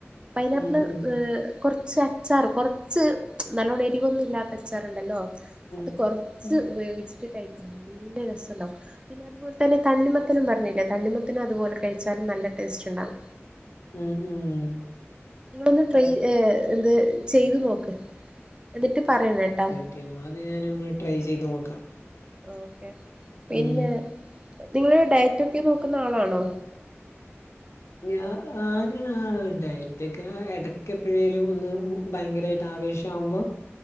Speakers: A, on the right (about 20°); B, on the left (about 75°).
A: പൈനാപ്പള്
B: ഉം ഉം
A: കുറച്ച് അച്ചാറ് കൊറച്ച് നല്ലോണ്ണം എരിവൊന്നും ഇല്ലാത്ത അച്ചാർ ണ്ടല്ലോ
B: ഉം
A: അത് കുറച്ച്
B: ഉം
A: ഉപയോഗിച്ചിട്ട് കഴിക്കണം നല്ല രസണ്ടോ പിന്നെ അതുപോലെ തന്ന തണ്ണിമത്തനും പറഞ്ഞേ തണ്ണിമത്തനും അതുപോലെ കഴിച്ചാലും നല്ല ടേസ്റ്റ് ഉണ്ടാവും
B: ഉം ഉം
A: നിങ്ങളിന്ന് ട്ര
B: ഏ,
A: അത് ചെയ്തു നോക്ക് എന്നിട്ട് പറയണട്ടോ
B: അദ്യം ഞാനൊന്ന് ട്രൈ ചെയ്ത് നോക്കാം
A: ഓക്കെ പിന്നെ
B: ഉം
A: നിങ്ങള് ഡയറ്റ് ഒക്കെ നോക്കുന്ന ആളാണോ
B: ഞ ആന ഉണ്ടായിറ്റൊക്കെ എടക്കപ്പഴേയിലും ഒന്ന് ഭയങ്കരായിട്ട് ആവേശ ആവുമ്പോ